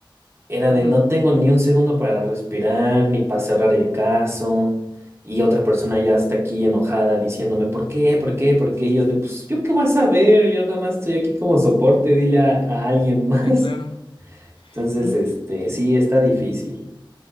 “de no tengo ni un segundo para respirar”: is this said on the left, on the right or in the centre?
Right